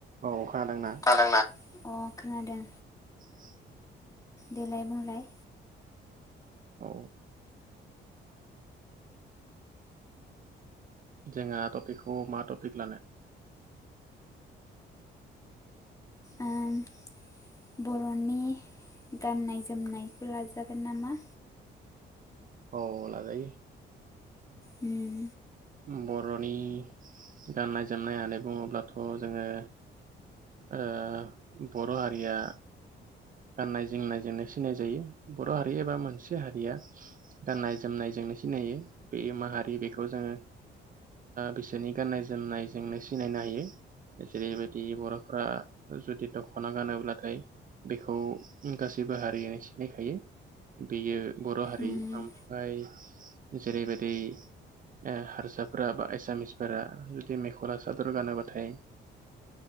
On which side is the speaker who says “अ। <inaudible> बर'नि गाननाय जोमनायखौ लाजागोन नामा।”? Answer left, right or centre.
Left